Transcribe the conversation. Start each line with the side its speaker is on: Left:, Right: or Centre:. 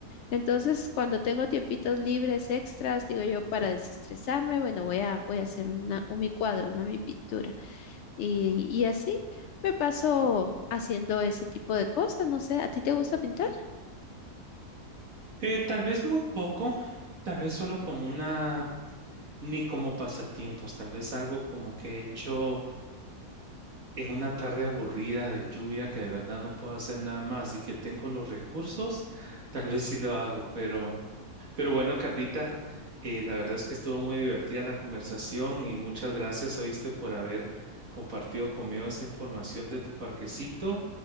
Left: Entonces, cuando tengo tiempitos libres extras, digo yo, para desestresarme, bueno, voy a, voy a hacer una, un mi cuadro, una mi pintura. Y, y así me paso haciendo ese tipo de cosas, no sé, ¿a ti te gusta pintar?
Right: Eh, tal vez muy poco, tal vez solo como una, ni como pasatiempos, tal vez algo como que he hecho en una tarde aburrida de lluvia que de verdad no puedo hacer nada más y que tengo los recursos, tal vez sí lo hago, pero, pero bueno, Carlita, eh, la verdad es que estuvo muy divertida la conversación y muchas gracias, oíste, por haber compartido conmigo esa información de tu parquecito